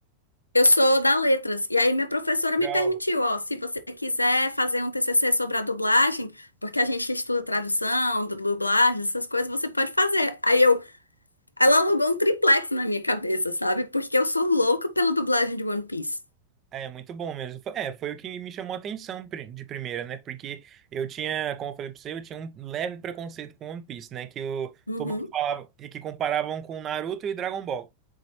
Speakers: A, on the left; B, on the right.
A: Eu sou da Letras, e aí minha professora me
B: Legal.
A: permitiu, ó, se você quiser fazer um TCC sobre a dublagem, porque a gente estuda tradução, du- dublagem, essas coisas, você pode fazer. Aí eu, ela alugou um triplex na minha cabeça, sabe? Porque eu sou louca pela dublagem de One Piece.
B: É muito bom mesmo. Foi- É, foi o que me chamou a atenção pri- de primeira, né? Porque eu tinha, como eu falei pra você, eu tinha um leve preconceito com One Piece, né? Que eu,
A: Uhum,
B: todo mundo falava e que comparavam com Naruto e Dragon Ball.